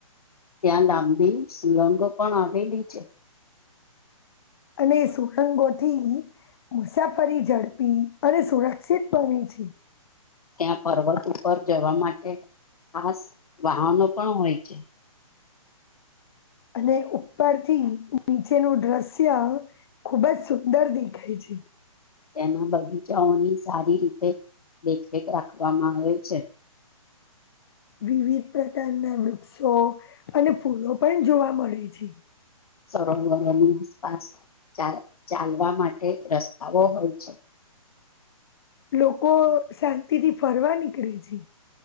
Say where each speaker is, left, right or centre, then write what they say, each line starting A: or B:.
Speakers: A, on the left (about 80°); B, on the left (about 45°).
A: ત્યાં લાંબી સુરંગો પણ આવેલી છે.
B: અને સુરંગોથી મુસાફરી ઝડપી અને સુરક્ષિત બને છે.
A: ત્યાં પર્વત ઉપર જવા માટે ખાસ વાહનો પણ હોય છે.
B: અને ઉપરથી નીચેનું દ્રશ્ય ખુબ જ સુંદર દેખાય. પી જી <unintelligible>
A: તેના બગીચાઓની સારી રીતે દેખરેખ રાખવામાં આવે છે.
B: વિવિધ પ્રકારના વૃક્ષો અને ફૂલો પણ જોવા મળે છે.
A: સરોવરોની આસપાસ ચાલવા માટે રસ્તાઓ હોય છે.
B: લોકો શાંતિ થી ફરવા નીકળે છે.